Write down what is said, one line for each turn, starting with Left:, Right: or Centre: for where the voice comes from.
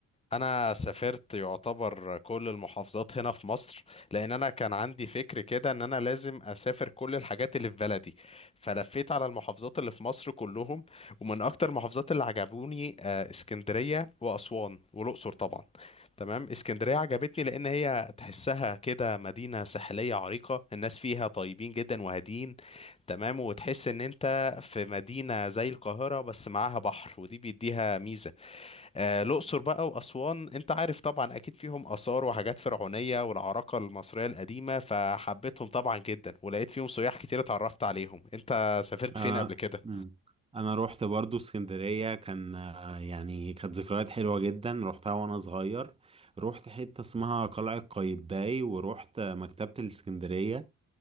Left: انا سافرت يعتبر كل المحافظات هنا في مصر لان انا كان عندي فكر كده ان انا لازم اسافر كل الحاجات اللي في بلدي فلفيت على المحافظات اللي في مصر كلهم ومن اكتر المحافظات اللي عجبوني آه، اسكندرية واسوان والاقصر طبعا تمام اسكندرية عجبتني لأن هي تحسها كده مدينة ساحلية عريقة الناس فيها طيبين جدا وهادين تمام وتحس إن أنت في مدينة زي القاهرة بس معاها بحر ودي بيديها ميزة آه الأقصر بقى وأسوان أنت عارف طبعا أكيد فيهم آثار وحاجات فرعونية والعراقة المصرية القديمة فحبيتهم طبعا جدا ولقيت فيهم سياح كتير اتعرفت عليهم أنت سافرت
Right: انا
Left: فين قبل كده؟
Right: مم. انا روحت برضو اسكندريه كان آه، يعني كانت ذكريات حلوه جدا روحتها وانا صغير روحت حته اسمها قلعه قايتباي وروحت آه، مكتبه الاسكندريه